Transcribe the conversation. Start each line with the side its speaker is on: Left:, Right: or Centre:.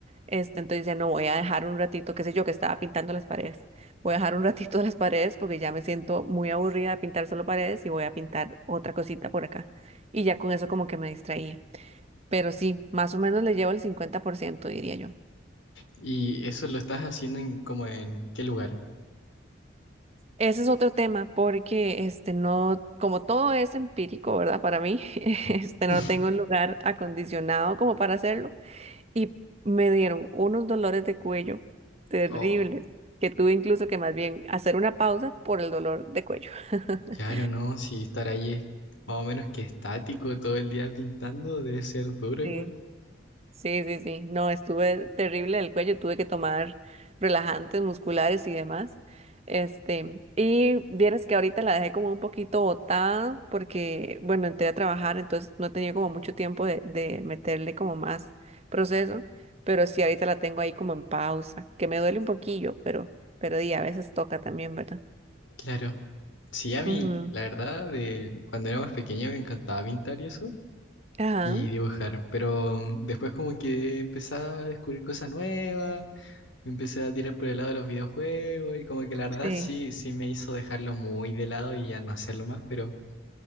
Right: este, entonces ya no voy a dejar un ratito, qué sé yo, que estaba pintando las paredes, voy a dejar un <laughs> ratito las paredes porque ya me siento muy aburrida de pintar solo paredes y voy a pintar otra cosita por acá. Y ya con eso como que me distraía. Pero sí, más o menos le llevo el 50% diría yo.
Left: ¿Y eso lo estás haciendo en, como en qué lugar?
Right: Ese es otro tema porque este no, como todo es empírico, ¿verdad? Para mí, <laughs> este
Left: <laughs>
Right: no tengo un lugar acondicionado como para hacerlo y me dieron unos dolores de cuello terribles
Left: Oh,
Right: que tuve incluso que más bien hacer una pausa por el dolor de cuello. <laughs>
Left: claro, no, si estar ahí es más o menos que estático todo el día pintando, debe ser duro
Right: Sí.
Left: igual.
Right: Sí, sí, sí. No, estuve terrible del cuello, tuve que tomar relajantes musculares y demás. Este, y vieras que ahorita la dejé como un poquito botada porque, bueno, entré a trabajar, entonces no he tenido como mucho tiempo de, de meterle como más proceso, pero sí ahorita la tengo ahí como en pausa, que me duele un poquillo, pero, pero di, a veces toca también, ¿verdad?
Left: Claro. Sí, a mí,
Right: Ujú.
Left: la verdad, de cuando era más pequeño me encantaba pintar y eso,
Right: Ajá,
Left: y dibujar, pero mm, después como que empecé a descubrir cosas nuevas, me empecé a tirar por el lado de los videojuegos y como que la verdad
Right: sí.
Left: sí, sí me hizo dejarlo muy de lado y ya no hacerlo más, pero